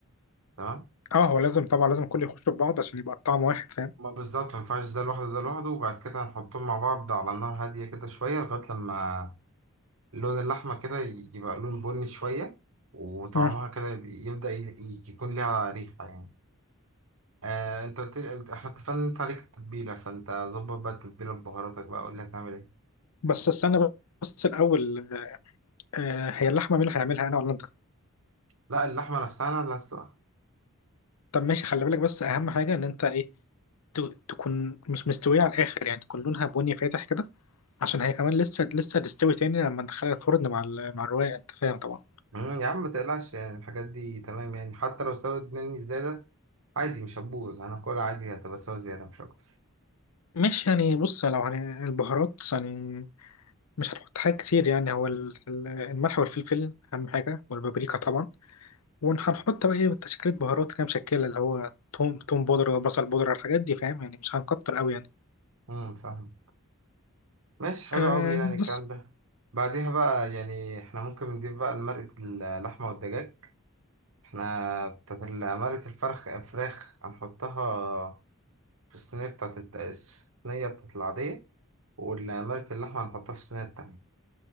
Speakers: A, on the right (about 65°); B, on the left (about 85°).
A: تمام
B: اه هو لازم طبعا لازم كله يخشوا في بعض عشان يبقى الطعم واحد فاهم
A: ما بالظبط ما ينفعش ده لوحده ده لوحده وبعد كده هنحطهم مع بعض على نار هادية كده شوية لغاية لما لون اللحمة كده يبقى لون بني شوية وطعمها
B: مم.
A: كده يب- يبدأ ي- ي- يكون ليها ريحة يعني آه انت قلت لي احنا اتفقنا ان انت عليك التتبيلة فانت ظبط بقى التتبيلة ببهاراتك بقى قول لي هتعمل ايه
B: بس استنى بس الأول آه هي اللحمة مين اللي هيعملها أنا ولا أنت؟
A: لا اللحمة نفسها انا اللي هسلقها
B: طب ماشي خلي بالك بس أهم حاجة إن أنت إيه ت- تكون مش مستوية على الآخر يعني تكون لونها بني فاتح كده عشان هي كمان لسه لسه تستوي تاني لما ندخلها الفرن مع ال- مع الرواية أنت فاهم طبعا
A: مم، يا عم ما تقلقش يعني الحاجات دي تمام يعني حتى لو استوت مني زيادة عادي مش هتبوظ هناكلها عادي هتبقى سوا زيادة مش أكتر
B: ماشي يعني بص لو هن... البهارات يعني مش هنحط حاجات كتير يعني هو ال- ال- الملح والفلفل أهم حاجة والبابريكا طبعا وهنحط بقى إيه تشكيلة بهارات كده مشكلة اللي هو توم توم بودرة وبصل بودرة الحاجات دي فاهم يعني مش هنكتر أوي يعني
A: امم فاهم ماشي حلو
B: آه
A: قوي يعني الكلام
B: بس
A: ده بعديها بقى يعني احنا ممكن نضيف بقى لمرقة اللحمة والدجاج احنا بتاعت ال- مرقة الفرخ الفراخ هنحطها في الصينية بتاعت الت- الصينية بتاعت العادية ومرقة اللحمة هنحطها في الصينية التانية